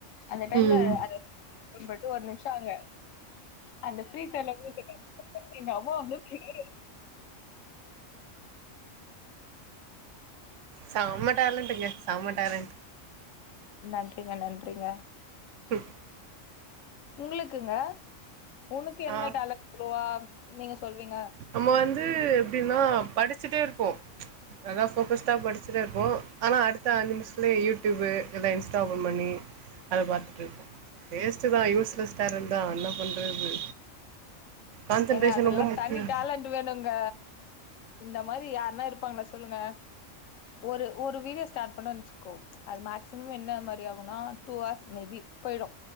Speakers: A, on the left; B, on the right.
A: அந்த டைம்ல
B: ம்
A: ஓபன் பண்ட்டு ஒரு நிம்ஷ அங்க அந்த ப்ரீசர்ல மூஞ்ச <unintelligible> எங்க அம்மா வந்து பேய்
B: செம டேலண்ட்டுங்க செம டேலண்ட்
A: நன்றிங்க நன்றிங்க
B: <unintelligible>
A: உங்ளுக்குங்க உனக்கு என்ன
B: ஆ
A: டேலண்ட் இருக்கு நீங்க சொல்வீங்க
B: நம்ம வந்து எப்டின்னா படிச்சிட்டே இருப்போ நல்லா ஃபோக்கஸ்ட்டா படிச்சிட்டே இருப்போ ஆனா அடுத்த அஞ்சுநிமிஷத்திலயே யூடியூப் இல்ல இன்ஸ்டா ஓப்பன் பண்ணி அத பாத்துட்டு இருப்போ வேஸ்ட் தா யூஸ்லெஸ் டரன் தா என்ன பண்றது கான்சன்ட்ரேஷன்
A: எங்க அதுல்லா
B: ரொம்ப முக்கியோ
A: தனி டேலண்ட் வேணுங்க இந்த மாரி யாருன்னா இருப்பாங்ளா சொல்லுங்க ஒரு ஒரு வீடியோ ஸ்டாட் பண்ணேன் வச்சுக்கோ அது மேக்சிமம் என்ன மாரி ஆகுனா டூ ஹார்ஸ் மேபி போயிடு